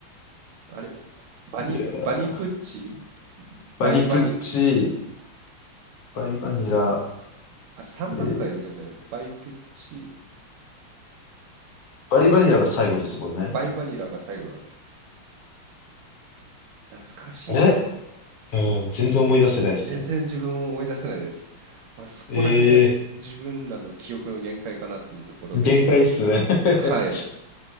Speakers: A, on the right (about 85°); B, on the left (about 65°).
A: あれ、バニ、
B: いやー、
A: バニプッチ、
B: バニプッチ、
A: バイバニ、
B: バイバニラ、
A: あれ3段階ですよね。
B: えー
A: バイプッチ、
B: バイバニラが最後ですもんね。
A: バイバニラが最後なんです。懐かしいな。
B: あれうん、全然思い出せないですね。
A: 全然自分を思い出せないです。まあ、そこら辺が自分らの記憶の限界かなっていうところで、
B: ええー、限界っすね。<laughs>
A: はい。